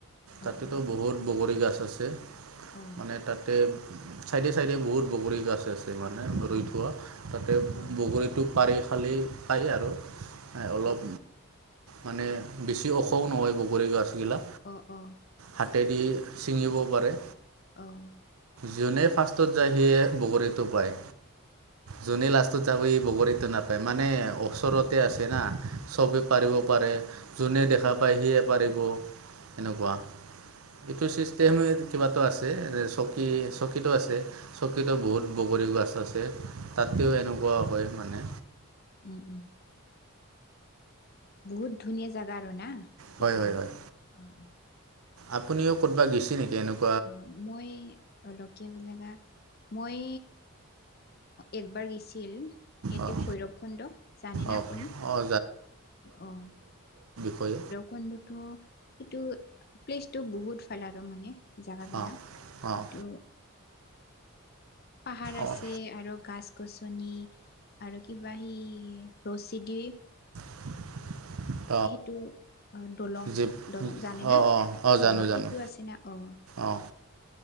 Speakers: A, on the left; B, on the right.
A: অ
B: তাতেটো
A: অ
B: বহুত বগৰী গছ আছে।
A: অ
B: মানে তাতে চাইডে চাইডে বহুত বগৰী গাছ আছে মানে
A: অ
B: ৰুই
A: অ
B: থোৱা। তাতে
A: হয়
B: বগৰীটো পাৰি খালি খাই আৰু অলপ
A: অ
B: মানে বেছি অখও নহয় বগৰী গছগিলা
A: অ' অ'
B: হাতেদি ছিঙিব পাৰে।
A: অ'
B: যোনেই ফাৰ্ষ্টত যায়, সিয়ে বগৰীটো পায়। যোনে লাষ্টত যাব বগৰীটো নাপায় মানে ওচৰত আছে না চবেই পাৰিব পাৰে যোনে দেখা পায় সিয়ে পাৰিব এনেকুৱা ইটো ছিষ্টেম কিবাতটো আছে, চকী চকীতো আছে। চকীতো বহুত বগৰী গছ আছে। তাতেও এনেকুৱা হয় মানে।
A: উম, উম। বহুত ধুনীয়া জাগা আৰু না সেইটোৱে
B: হয়, হয়, হয়।
A: অ' অ'
B: আপুনিও ক'ত বা গৈছে নেকি এনেকা।
A: অ' মই অলকিয়াল জেগা মই একবাৰ গৈ গৈছিল ইয়াতে
B: অঁ
A: ভৈৰৱ কোন্দ জানানে
B: অঁ
A: আপুনি
B: অঁ
A: অ'
B: ভৈ
A: গোন্ধতো সেইটো প্লেচটো বহুত ভাল আৰু মানে জোগাবিলাক
B: অঁ অঁ
A: ইটো। পাহাৰ আছে
B: অঁ
A: আৰু গছ-গছনি, আৰু কিবা সেই ৰছী দি
B: <unintelligible>
A: সেইটো অ', দলং
B: জীপ
A: দলং জানে না,
B: অঁ অঁ অঁ জানো
A: অ', সেইটো
B: জানো
A: আছে না অ',
B: অঁ